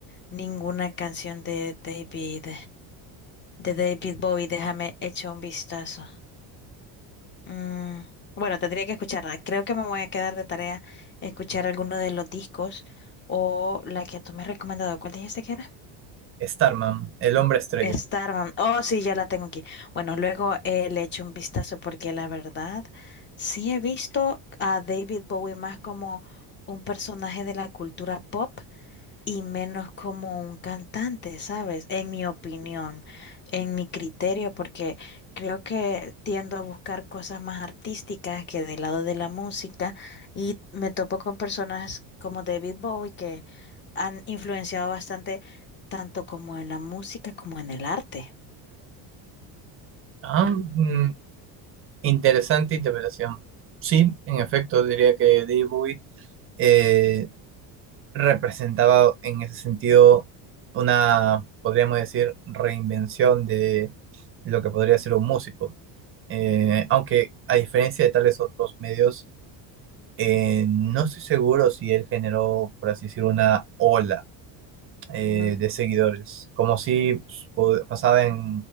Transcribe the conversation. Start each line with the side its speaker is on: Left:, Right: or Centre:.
Left: ninguna canción de David, de David Bowie. Déjame echar un vistazo. Mm, bueno, tendría que escucharla. Creo que me voy a quedar de tarea escuchar alguno de los discos o la que tú me has recomendado. ¿Cuál dijiste que era?
Right: Starman, el hombre estrella.
Left: Starman. Oh, sí, ya la tengo aquí. Bueno, luego eh, le echo un vistazo porque la verdad sí he visto a David Bowie más como un personaje de la cultura pop y menos como un cantante, ¿sabes? En mi opinión, en mi criterio, porque creo que tiendo a buscar cosas más artísticas que del lado de la música y me topo con personas como David Bowie que han influenciado bastante tanto como en la música como en el arte.
Right: Ah, mm, interesante interpretación. Sí, en efecto, diría que David Bowie eh, representaba en ese sentido una, podríamos decir, reinvención de lo que podría ser un músico. Eh, aunque a diferencia de tales otros medios, Eh, no estoy seguro si él generó, por así decirlo, una ola eh,
Left: Ujú,
Right: de seguidores, como si pues, pod- pasaba en